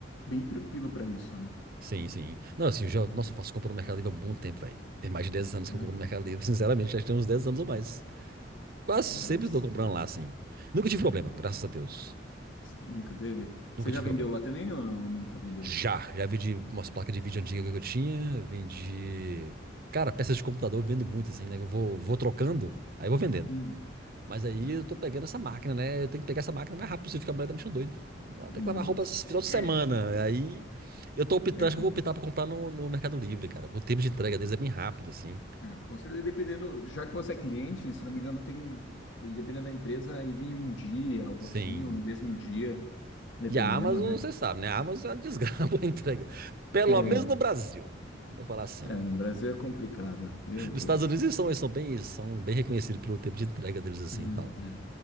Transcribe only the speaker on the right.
Sim, sim. Não, assim, eu já,
nossa, eu faço compra no Mercado Livre há muito tempo, velho. Tem mais de 10 anos
que eu compro no Mercado Livre, <laughs> sinceramente, já tem uns 10 anos ou mais. Quase sempre
tô comprando lá, assim. Nunca tive problema, graças a Deus.
Nunca
tive
problema.
Já, já vendi umas placas de vídeo antigas que eu tinha, vendi. Cara, peças de computador eu vendo muito, assim, né? Eu vou, vou trocando, aí eu vou vendendo.
Mas aí
eu tô pegando essa máquina, né? Eu tenho que pegar essa máquina o mais rápido possível, porque a mulher tá me deixando doido. Ela
tem que lavar roupa esse final de
semana. Aí eu tô optando,
acho
que eu vou optar pra comprar no, no Mercado Livre, cara. O tempo de entrega deles é bem rápido, assim.
Sim.
E a Amazon,
você sabe, né? A Amazon é uma desgraça <laughs> a entrega. Pelo
menos no Brasil. Vou falar assim.
Nos Estados Unidos eles são, eles são bem, são bem reconhecidos pelo tempo de entrega deles assim
e tal.